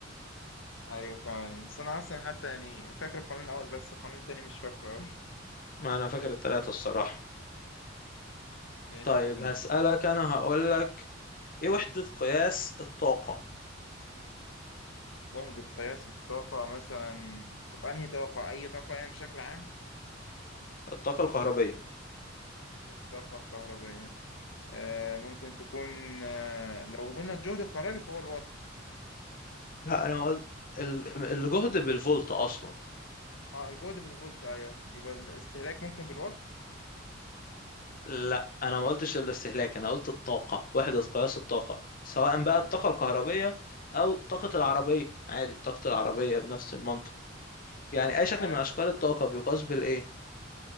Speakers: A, on the left; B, on the left.
A: ايوه فعلا بس انا اصلا حتى يعني فاكر القانون الاول بس القانون التاني مش فاكره قوي
B: ما انا فاكر التلاتة الصراحة
A: <laughs> يعني
B: طيب
A: تسأل انت
B: هسألك انا هقولك ايه وحدة قياس الطاقة
A: وحدة قياس الطاقة مثلا طب انهي طاقة اي طاقة يعني بشكل عام
B: الطاقة الكهربية
A: الطاقة الكهربائية آه ممكن تكون آه لو قلنا الجهد الكهربي فهو الوات
B: لا انا قلت ال- الجهد بالفولت اصلا
A: اه الجهد بالفولت ايوه يبقى الاستهلاك ممكن بالوات
B: لا انا ما قلتش الاستهلاك انا قلت الطاقة وحدة قياس الطاقة سواء بقى
A: لا
B: الطاقة الكهربية
A: مش
B: او طاقة العربية عادي طاقة العربية بنفس المنطق يعني اي شكل
A: عارف
B: من اشكال
A: بصراحة
B: الطاقة بيقاس بالايه